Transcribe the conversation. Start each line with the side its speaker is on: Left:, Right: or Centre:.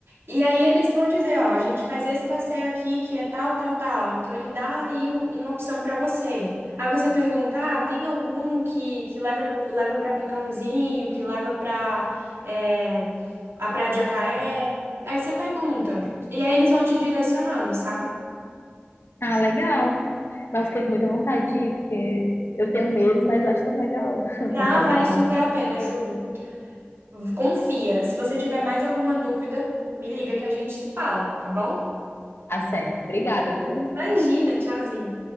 Right: E aí eles vão dizer, ó, a gente faz esse passeio aqui que é tal, tal, tal. Então ele dá aí um- uma opção pra você. Aí você pergunta, ah, tem algum que, que leva leva para Picãozinho, que leva pra é, a Praia de Jacaré? Aí você pergunta. E aí eles vão te direcionando, sabe?
Left: Ah, legal. Mas eu fiquei com muita vontade de ir, porque eu tenho medo, mas eu acho tão legal <laughs>
Right: Na,
Left: passear
Right: vale
Left: de barco.
Right: super a pena, juro. V- Confia. Se você tiver mais alguma dúvida, me liga que a gente se fala, tá bom?
Left: Tá certo. Obrigada, viu?
Right: Imagina, tchauzinho.